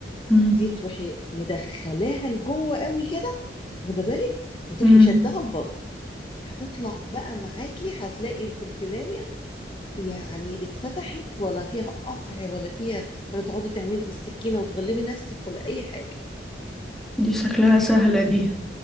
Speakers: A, in the centre; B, on the left.
A: مم.
B: دي تروحي مدخلاها لجوه قوي كده واخده بالك وتروحي
A: مم.
B: شدها لبره هتطلع بقى معاكي هتلاقي الفلفلايه يعني اتفتحت ولا فيها قطع ولا فيها ولا تقعدي تعملي بالسكينه وتغلبي نفسك ولا اي حاجه
A: دي شكلها سهلة دي